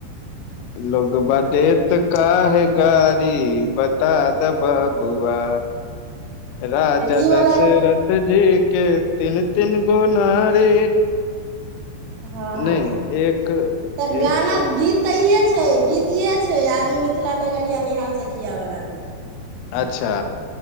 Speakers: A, on the right (about 80°); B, on the left (about 90°).
A: <unintelligible>
B: लोगबा देते काहे गारी बता दऽ बबुआ राजा
A: ई वाला
B: दशरथ जी के तीन तीन गो नारी
A: हँ
B: नहि
A: हँ
B: नहि एक
A: तऽ
B: एक
A: गान गीत तऽ इे छै गीत इे छै आज मिथिला नगर या निहाय सखिया बलाा मे
B: अच्छा